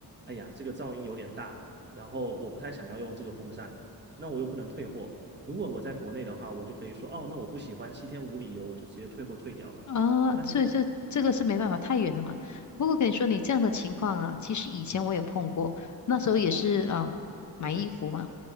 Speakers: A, on the right; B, on the left.
A: 哎呀，这个噪音有点大，然后我不太想要用这个风扇，那我又不能退货。如果我在国内的话，我就可以说，哦，那我不喜欢，七天无理由，我就直接退货退掉了。
B: 啊，
A: 但是
B: 所以这这个是没办法，太远了嘛。不过跟你说，你这样的情况啊，其实以前我有碰过，那时候也是啊，买衣服嘛。